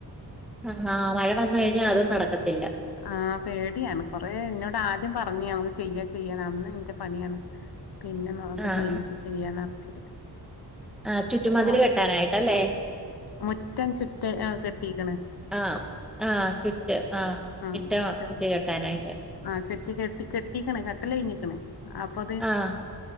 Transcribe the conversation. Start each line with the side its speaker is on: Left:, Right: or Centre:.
Centre: ആഹ് മഴ വന്നു കഴിഞ്ഞാൽ അതും നടക്കത്തില്ല.
Left: ആഹ് പേടിയാണ് കൊറെ എന്നോട് ആദ്യം പറഞ്ഞേ ഒന്ന് ചെയ്യാം ചെയ്യാം എന്ന് ഇന്റെ പണിയാണ് പിന്നെ നോക്കട്ടേ
Centre: ആഹ്
Left: കഴിഞ്ഞിട്ട് ചെയ്യാൻ അറച്ചത്.
Centre: ആ ചുറ്റുമതിൽ
Left: ആഹ്
Centre: കെട്ടാനായിട്ടല്ലേ
Left: മുറ്റം ചുറ്റേ ആഹ് കെട്ടീക്കണ്.
Centre: ആഹ് ആഹ് കെട്ടിയേ ആഹ്.
Left: ആഹ്
Centre: മുറ്റം
Left: മുറ്റോ
Centre: മുറ്റ കെട്ടാനായിട്ട്
Left: ആഹ് ചെട്ടി കെട്ടി കെട്ടീക്കണ് കട്ടല കഴിഞ്ഞിക്കണ്. പ്പൊ അതേ
Centre: ആഹ്